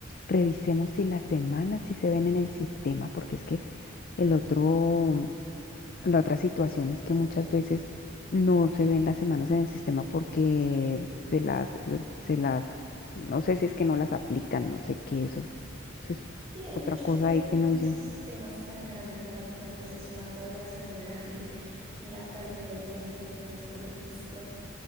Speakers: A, on the left; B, on the right.
A: revisemos si las semanas si se ven en el sistema, porque es que el otro, la otra situación es que muchas veces no se ven las semanas en el sistema porque se las, las- se las, no sé si es que no las aplican, no sé qué, eso, eso es
B: Sí, hay
A: otra
B: muchos
A: cosa
B: pierdes
A: ahí que no
B: en
A: dicen.
B: esos sistemas tan grandes. A la final, pues es una población <laughs> grande en la cual lle- deben tener como su registro.